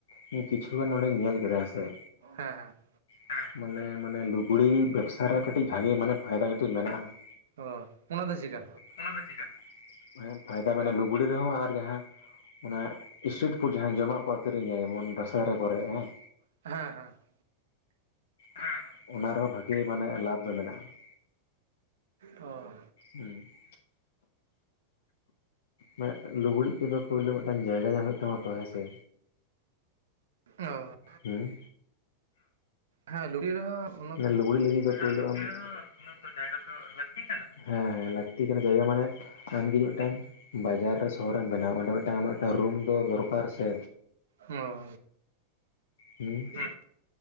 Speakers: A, on the left; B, on the right.
A: ᱤᱧ ᱠᱤᱪᱷᱩᱜᱟᱱ ᱱᱚᱸᱰᱮᱧ ᱧᱮᱞ ᱠᱮᱫᱟ ᱦᱮᱸᱥᱮ᱾
B: ᱦᱮᱸ ᱦᱮᱸ ᱾
A: ᱦᱮᱸ, ᱢᱟᱱᱮ ᱢᱟᱱᱮ ᱞᱩᱜᱽᱲᱤ ᱵᱮᱵᱽᱥᱟ ᱨᱮ ᱠᱟᱹᱴᱤᱡ ᱵᱷᱟᱜᱮ ᱢᱟᱱᱮ ᱯᱷᱟᱭᱫᱟ ᱠᱟᱹᱴᱤᱡ ᱢᱮᱱᱟᱜᱼᱟ ᱾
B: ᱚ ᱚᱱᱟ ᱫᱚ ᱪᱤᱠᱟ?
A: ᱚᱱᱟ ᱫᱚ ᱪᱤᱠᱟ, ᱢᱟᱱᱮ ᱯᱷᱟᱭᱫᱟ ᱢᱮᱱᱟ ᱞᱩᱜᱽᱲᱤ ᱨᱮᱦᱚᱸ ᱟᱨ ᱡᱟᱦᱟᱸ ᱚᱱᱟ ᱥᱤᱴᱨᱤᱴ ᱯᱷᱩᱰ ᱡᱟᱦᱟᱸ ᱡᱚᱢᱟᱜ ᱠᱚ ᱟᱹᱠᱷᱨᱤᱧᱟ ᱡᱮᱢᱚᱱ ᱫᱟᱥᱟᱨᱮ ᱠᱚᱨᱮᱜ ᱦᱮᱸ
B: ᱦᱮᱸ ᱦᱮᱸ ᱾
A: ᱦᱮᱸ ᱦᱮᱸ, ᱚᱱᱟ ᱨᱮᱦᱚᱸ ᱵᱷᱟᱜᱮ ᱢᱟᱱᱮ ᱞᱟᱵᱷ ᱫᱚ ᱢᱮᱱᱟᱜᱼᱟ ᱾
B: ᱚ ᱾
A: ᱦᱩᱸ ᱾ ᱢᱮᱜ ᱞᱩᱜᱽᱲᱤᱡ ᱠᱚᱫᱚ ᱯᱳᱭᱞᱳ ᱢᱤᱫᱴᱟᱝ ᱡᱟᱭᱜᱟ ᱧᱟᱢ ᱦᱳᱭᱳᱜ ᱛᱟᱢᱟ ᱛᱚ, ᱦᱮᱸᱥᱮ?
B: ᱦᱳᱭ᱾
A: ᱦᱩᱸ ᱾
B: ᱦᱮᱸ ᱞᱩᱜᱽᱲᱤ ᱨᱮ ᱦᱚᱸ
A: ᱚᱱᱮ ᱞᱩᱜᱽᱲᱤᱡ ᱞᱟᱹᱜᱤᱫ ᱫᱚ ᱯᱳᱭᱞᱳ ᱟᱢ ᱦᱩᱸ ᱛᱚ, ᱡᱟᱭᱜᱟ ᱛᱚ ᱞᱟᱹᱠᱛᱤ ᱠᱟᱱᱟ, ᱦᱮᱸ ᱦᱮᱸ, ᱞᱟᱹᱠᱛᱤ ᱠᱟᱱᱟ ᱡᱟᱭᱜᱟ ᱢᱟᱱᱮ ᱟᱢ ᱡᱩᱫᱤ ᱢᱤᱫᱴᱟᱝ ᱵᱟᱡᱟᱨ ᱨᱮ ᱥᱚᱦᱚᱨ ᱨᱮᱢ ᱵᱮᱱᱟᱣᱟ, ᱚᱸᱰᱮ ᱢᱤᱫᱴᱟᱱ ᱟᱢᱟᱜ ᱢᱤᱫᱴᱟᱝ ᱨᱩᱢ ᱫᱚ ᱫᱚᱨᱠᱟᱨ ᱥᱮ?
B: ᱦᱳᱭ᱾
A: ᱦᱩᱸ᱾
B: ᱦᱮᱸ